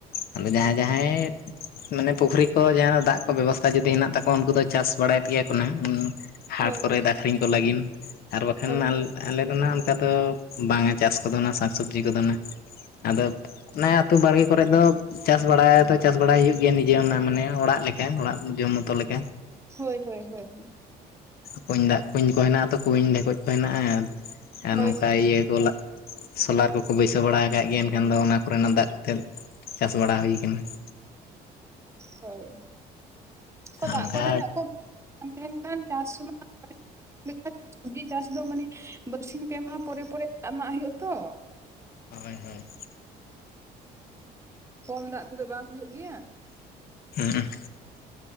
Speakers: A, on the left; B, on the right.
A: ᱟᱫᱚ ᱡᱟᱸᱦᱟᱭ ᱡᱟᱸᱦᱟᱭ ᱢᱟᱱᱮ ᱯᱩᱠᱷᱨᱤ ᱠᱚ ᱡᱟᱦᱟᱸ ᱫᱟᱜ ᱠᱚ ᱵᱮᱵᱚᱥᱛᱷᱟ ᱡᱩᱫᱤ ᱦᱮᱱᱟᱜ ᱛᱟᱠᱚᱣᱟ ᱩᱱᱠᱩ ᱫᱚ ᱪᱟᱥ ᱵᱟᱲᱟᱫ ᱜᱮᱭᱟ ᱠᱚ ᱱᱟᱦᱟᱜ ᱦᱟᱴ
B: ᱦᱳᱭ
A: ᱠᱚᱨᱮᱫ
B: ᱦᱳᱭ
A: ᱟᱹᱠᱷᱨᱤᱧ ᱠᱚ ᱞᱟᱹᱜᱤᱱ ᱟᱨ ᱵᱟᱠᱷᱟᱱ
B: ᱦᱳᱭ
A: ᱟᱞ-ᱟᱞᱮ ᱚᱱᱟ ᱚᱱᱠᱟ ᱫᱚ ᱵᱟᱝᱟ ᱪᱟᱥ ᱠᱚᱫᱚ ᱱᱟ ᱥᱟᱠ ᱥᱚᱵᱽᱡᱤ ᱠᱚᱫᱚ ᱱᱟ ᱟᱫᱚ ᱚᱱᱮ ᱟᱹᱛᱩ ᱵᱟᱲᱜᱮ ᱠᱚᱨᱮᱜ ᱫᱚ ᱪᱟᱥ ᱵᱟᱲᱟᱭ ᱫᱚ ᱪᱟᱥ ᱵᱟᱲᱟᱭ ᱦᱩᱭᱩᱜ ᱜᱮᱭᱟ ᱱᱤᱡᱮ ᱚᱱᱟ ᱢᱟᱱᱮ ᱚᱲᱟᱜ ᱞᱮᱠᱟ ᱚᱲᱟᱜ ᱡᱚᱢ ᱢᱚᱛᱚ ᱞᱮᱠᱟ᱾
B: ᱦᱳᱭ ᱦᱳᱭ ᱦᱳᱭ ᱦᱳᱭ
A: ᱠᱩᱧ ᱫᱟᱜ ᱠᱩᱧ ᱠᱚ ᱦᱮᱱᱟᱜᱼᱟ ᱛᱚ ᱠᱩᱧ ᱰᱷᱮᱠᱚᱡ ᱠᱚ ᱦᱮᱱᱟᱜᱼᱟ ᱟᱸ
B: ᱦᱳᱭ
A: ᱱᱚᱝᱠᱟ ᱤᱭᱟᱹ ᱠᱚ ᱞᱟᱜ ᱥᱳᱞᱟᱨ ᱠᱚᱠᱚ ᱵᱟᱹᱭᱥᱟᱹᱣ ᱵᱟᱲᱟ ᱠᱟᱜ ᱜᱮᱭᱟ ᱮᱱᱠᱷᱟᱱ ᱫᱚ ᱚᱱᱟ ᱠᱚᱨᱮᱱᱟᱜ ᱫᱟᱜ ᱠᱚᱛᱮ ᱪᱟᱥ ᱵᱟᱲᱟ ᱦᱩᱭ ᱠᱟᱱᱟ᱾ <inaudible>
B: ᱦᱳᱭ ᱠᱚ ᱫᱟᱜ
A: ᱚᱱᱠᱟ
B: ᱠᱚᱨᱮᱱᱟᱜ ᱠᱚ ᱵᱟᱝ ᱛᱟᱦᱮᱱ ᱠᱷᱟᱱ ᱪᱟᱥ <inaudible> ᱡᱤ ᱪᱟᱥ ᱫᱚ ᱢᱟᱱᱮ ᱵᱟᱨᱥᱤᱧ ᱯᱮ ᱢᱟᱦᱟ ᱯᱚᱨᱮ ᱯᱚᱨᱮ ᱮᱢᱟᱜ ᱦᱩᱭᱩᱜᱼᱟ ᱛᱚ᱾
A: ᱦᱳᱭ ᱦᱳᱭ
B: ᱠᱚᱢ ᱫᱟᱜ ᱛᱮᱫᱚ ᱵᱟᱝ ᱦᱩᱭᱩᱜ ᱜᱮᱭᱟ᱾
A: ᱦᱩᱸᱼᱩᱸ